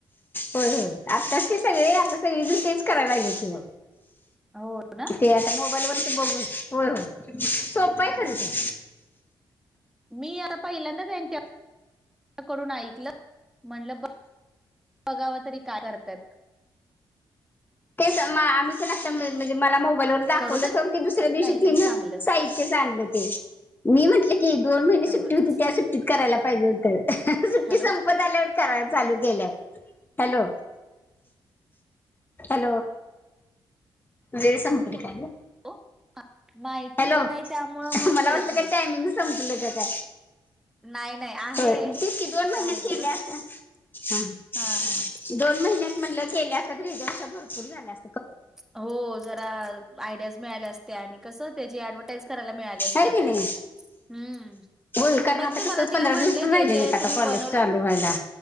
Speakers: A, on the left; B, in the centre.
A: होय होय आत्ताच ते सगळे आता सगळीजन तेच कराय लागल्यात कि
B: हो ना?
A: ओ. ते आता मोबाईलवर बघून होय होय सोपंय खर ते.
B: मी आता पहिल्यांदाच ह्यंच्या करून ऐकलं म्हंणलं ब बघाव तरी काय करत्यात.
A: तेच म आम्ही पण आता म्हणजे मला मोबाईलवर दाखवलं
B: करू देत
A: तोवर ते दुसऱ्या दिवशी
B: काहीतरी
A: तीन
B: चांगलं
A: साहित्यचं आणलं ते. मी म्हटलं की दोन महिने
B: तेवढंच.
A: सुट्टी होती त्या सुट्टीत करायला पाहिजे होत अ हं हं सुट्टी
B: हॅलो?
A: सं मूड आल्यावर चालू केेल्यात हॅलो. हॅलो. वेळ संपली काय गं?
B: हो. माहिती
A: हॅलो
B: होत नाही त्यामुळं मग
A: मला
B: करत
A: वाटलं का काय
B: नाहीत.
A: टायमिंग संपलं का काय.
B: नाही, नाही आहे
A: होय तेच कि दोन महिन्यात
B: टाईमचं.
A: केलय अस हं हं.
B: हां, हां.
A: दोन महिन्यात म्हणलं केल्या असत्या तर ह्यज्यापेक्षा भरपूर झाल्या अस
B: हो जरा आयडियाज मिळाल्या असत्या आणि कस त्याची ऍडव्हर्टाईज करायला मिळाले असते
A: हाय
B: आपल्याला
A: की नाही
B: हम्म.
A: होय कारण
B: बघ
A: आता
B: ते
A: कसं
B: मला तिला
A: पंधरा
B: म्हणलयं
A: दिवस पण राहिले
B: जे जे
A: नाहीत आता
B: तुम्ही
A: कॉलेज
B: बनवलंय.
A: चालू व्हायला